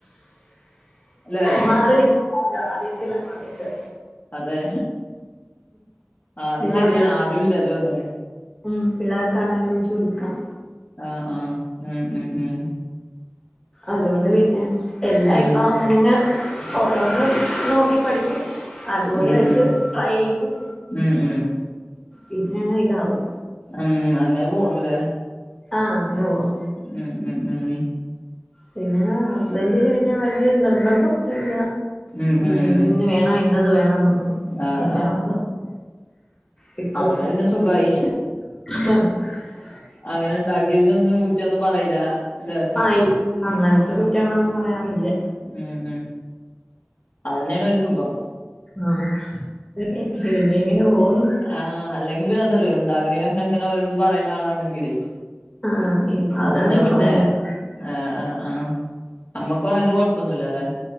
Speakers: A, on the left (about 40°); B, on the left (about 15°).
A: അല്ലെ
B: മാറി അറിയത്തില്ലെന്ന് പറഞ്ഞീട്ട്
A: അതെ ആ അത്
B: പിള്ളേർക്ക്
A: ശരിയാണ് ആരുല്ലല്ലോ അതെ
B: ഉം പിള്ളേർക്കാണെങ്കിലും വെച്ച് കൊടുക്കാം
A: ആ ആഹ് ഉം ഉം ഉം
B: അതോണ്ട് പിന്നെ എല്ലാ
A: ഉം
B: ഇപ്പ അങ്ങനങ്ങ് ഓരോന്ന് നോക്കി പഠിക്കും അതുപോലെ
A: ഉം ഉം
B: വെച്ച് ട്രൈ ചെയ്യും
A: ഉം ഉം
B: പിന്നങ്ങിതാവും
A: ഉം അങ്ങനെ പോണൂല്ലേ
B: ആഹ് അങ്ങനെ പോണു
A: ഉം ഉം ഉം
B: പിന്നെ ഹസ്ബൻറിന് പിന്നെ വല്യ നിർബന്ധം ഇല്ല
A: ഉം ഉം
B: ഇന്ന്
A: ഉം
B: വേണ ഇന്നത് വേണംന്നോന്നും
A: ആഹ്
B: പിന്നെ നമ്മള് വെക്കും
A: അതോടെ പിന്നെസുഖായി.
B: <unintelligible>
A: അങ്ങനെഇണ്ടാക്കിയതിനൊന്നും കുറ്റൊന്നും പറയിലാലേ
B: ആ ഇല്ല അങ്ങനത്തെ കുറ്റങ്ങളൊന്നും പറയാറില്ല.
A: മ്, മ് അതെന്നെണ് ഒര്സുഖം.
B: ആഹ് ദ് പിന്നെങ്ങനെ പോവുന്നു.
A: ആഹ് അല്ലെങ്കിൽപിന്നെന്താറിയോ ഇണ്ടാക്കീനൊക്കെങ്ങനെ ഓരോന്ന് പറയ്ണ ആളാണെങ്കിലെയ്.
B: ആ ഇല്ല
A: അതെന്നെപിന്നെ
B: അങ്ങനൊന്നും പറയാറില്ല
A: ഏഹ്, അഹ്, അഹ് അമ്മക് ഇപ്പോ അങ്ങൻത്തെ കൊയപ്പോന്നൂല്ലാലേ